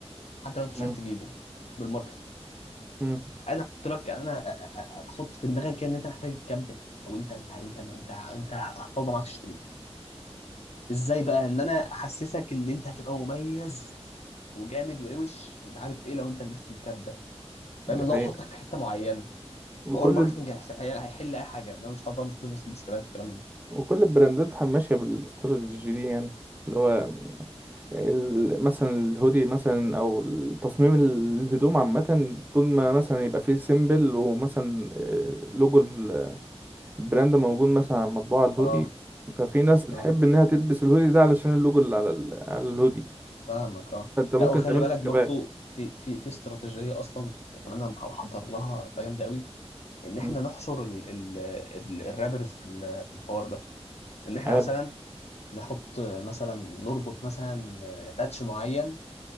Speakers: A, on the left; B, on the right.
A: حتى لو انت مش
B: مم.
A: عايز تجيبه بالماركتينج
B: امم
A: انا احط لك انا أ- أ- أ- بحط في دماغك كده ان انت محتاج الكاب ده او انت انت انت انت انت هتفضل معاك تشتريه ازاي بقى ان انا احسسك ان انت هتبقى مميز وجامد وروش ومش عارف ايه لو انت لبست الكاب ده
B: دي
A: فاهم اللي
B: حقيقة
A: هو احطك في حته معينه
B: وكل
A: فهو الماركتنج هيحل اي حاجه انا مش هقعد بقى مش كل الناس تلبس كابات والكلام ده
B: وكل البراندات ماشية بالاستراتيجي دي يعني اللي هو ال- مثلا الهودي مثلا او تصميم الهدوم عامة طول ما مثلا يبقى فيه سيمبل ومثلا آه، لوجو ال- البراند موجود مثلا على مطبوع الهودي
A: اه
B: ففي ناس بتحب
A: اه
B: انها تلبس الهودي ده علشان اللوجو اللي على ال- على الهودي
A: فاهمك اه
B: فانت ممكن
A: لا وخلي
B: تعمله
A: بالك
B: بالكبات
A: برضو في في في استراتيجيه اصلا كمان انا محضر لها هتبقى جامده قوي ان احنا
B: مم.
A: نحشر ال ال ال الرابرز في ال- في الحوار ده ان احنا
B: حلو
A: مثلا نحط مثلا نربط مثلا باتش معين